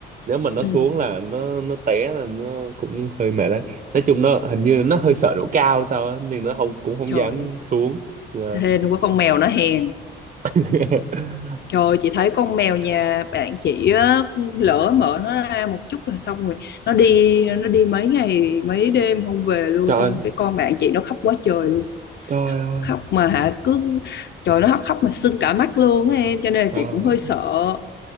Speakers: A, on the right; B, on the left.
A: Nếu mà nó
B: Ừ.
A: xuống là nó nó té là nó cũng hơi mệt đấy. Nói chung nó hình như nó hơi sợ độ cao sao á nên nó không cũng không
B: trời
A: dám xuống. Dạ.
B: hên quá con mèo nó hèn
A: <laughs>
B: Trời ơi, chị thấy con mèo nhà bạn chị á, lỡ mở nó ra một chút là xong rồi nó đi nó đi mấy ngày mấy đêm không về luôn
A: Trời,
B: xong cái con bạn chị nó khóc quá trời luôn
A: trời
B: khóc,
A: ơi,
B: khóc mà hả cứ trời nó khóc khóc mà sưng cả mắt luôn á em cho nên là
A: trời.
B: chị
A: ơi.
B: cũng hơi sợ